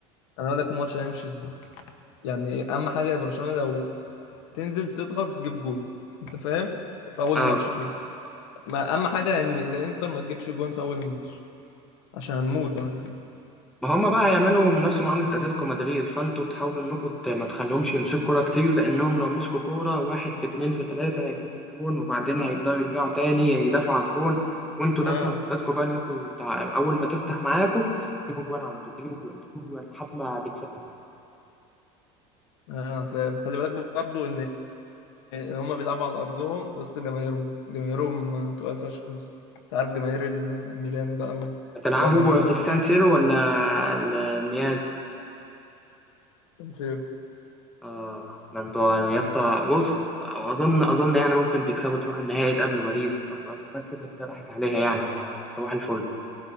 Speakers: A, on the left; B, in the centre.
A: انا اقول لك الماتش هيمشي ازاي يعني اهم حاجة يا برشلونة لو تنزل تضغط تجيب جون انت فاهم في اول
B: اه
A: ماتش كده ما اهم حاجة ان الانتر ما تجيبش جون في اول الماتش عشان هنموت بعد كده
B: ما هم بقى هيعملوا من نفس معاملة اتلتيكو مدريد فانتوا تحاولوا انكم ت- ما تخليهمش يمسكوا كورة كتير لانهم لو مسكوا كورة واحد في اتنين في تلاتة هيجيبوا الجون وبعدين هيبدأوا يرجعوا تاني يدافعوا على الجون وانتوا
A: اه
B: لازم خطتكم بقى انكم تع- اول ما تفتح معاكم تجيبوا جوان على طول تجيبوا جوان تجيبوا جوان لحد ما تكسبوا
A: اه فاهم خلي بالك برضه ان ان هما بيلعبوا على ارضهم وسط جماهيرهم جماهيرهم تقال فشخ بس انت عارف جماهير ال- الميلان بقى
B: هتلعبوا
A: وايطاليا عامه
B: في السان سيرو ولا ال- الميازا
A: سانسيرو
B: اه ده انتوا يا اسطى بص اظن اظن يعني ممكن تكسبوا تروحوا النهائي تقابلوا باريس اصلا ارسنال كده كده راحت عليها يعني فصباح الفل